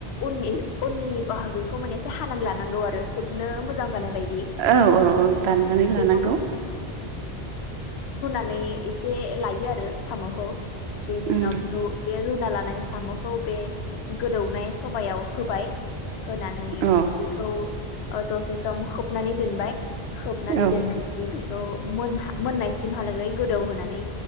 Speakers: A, on the left; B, on the right.
A: उननि-उननि बाहागोखौ माने एसे हानानै लानांगौ आरो सोबनो मोजां जानाय बायदि।
B: औ-औ-औ दाननानै लानांगौ।
A: बेखौ -नै एसे लायो आरो साम'खौ बेनि
B: उम
A: उनाव बेखौ, बे रुना लानाय साम'खौ बे गोदौनाय सबायाव होबाय। होनानै
B: औ
A: बेखौ दसे सम खोबनानै दोनबाय। होबनानै
B: औ
A: दोननायनि बेखौ मोनहा मोननायसिमहालागै गोदौहोनानै